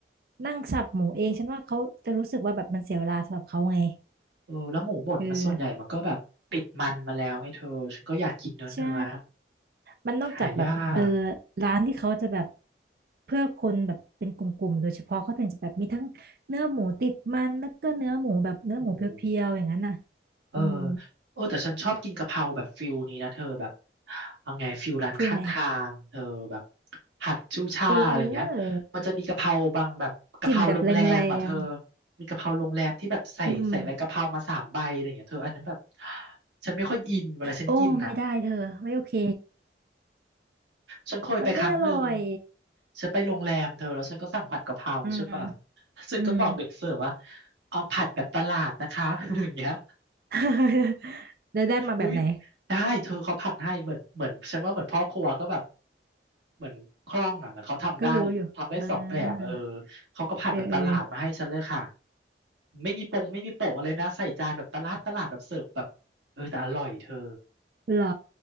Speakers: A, on the right; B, on the right.
A: นั่งสับหมูเองฉันว่าเขาจะรู้สึกว่าแบบมันเสียเวลาสำหรับเขาไง
B: เออแล้วหมูบดมันส่วนใหญ่มันก็แบบติดมันมาแล้วไงเธอฉันก็อยากกินเนื้อเนื้อ
A: เออใช่มันนอกจากแบบเออ
B: หายาก
A: ร้านที่เขาจะแบบเพื่อคนแบบเป็นกลุ่มๆโดยเฉพาะเขาถึงจะแบบมีทั้งเนื้อหมูติดมันแล้วก็เนื้อหมูแบบเนื้อหมูเพียวๆอย่างนั้นน่ะ
B: โอ้โห เออ
A: อืม
B: โอ้แต่ฉันชอบกินกะเพราแบบฟิลนี้นะเธอแบบเอาไงฟิลร้านข้างทางเธอแบบ
A: ฟิลไหน
B: ผัดชูช่ายอะไรอย่างเงี้ยมันจะมีกะเพราบางแบบกะเพราโรงแรมอ่ะเธอ
A: เออกลิ่นแบบแรง
B: มีกะเพราโรงแรมที่แบบใส่ใส่ใบกะเพรามาสามใบอะไรอย่างเงี้ยเธออันนั้นแบบ
A: ๆอืมอืม
B: ฉันไม่ค่อยอินเวลาฉันกินอ่ะ
A: โอ้ไม่ได้เธอไม่โอเค
B: ฉันเคยไปครั้งหนึ่ง
A: มันไม่อร่อย
B: ฉันไปโรงแรมเธอแล้วฉันก็สั่งผัดกะเพราใช่ป่ะ
A: อืม
B: ฉันก็บอกเด็กเสิร์ฟว่า
A: อืม
B: เอาผัดแบบตลาดนะคะ <laughs> อย่างเงี้ย
A: <laughs> แล้วได้มาแบบไหน
B: อุ้ยได้เธอเขาผัดให้เหมือนเหมือนฉันว่าเหมือนพ่อครัวก็แบบเหมือนคล่องอ่ะเหมือนเขาทำได้ทำได้สองแบบเออ
A: ก็รู้อยู่อ่า
B: เขาก็ผัดแบบตลาดมาให้ฉันเลยค่ะ
A: เออเออ
B: ไม่มีปงไม่มีโปะอะไรนะใส่จานแบบตลาดตลาดแบบเสิร์ฟแบบเออแต่อร่อยเธอ
A: เหรอ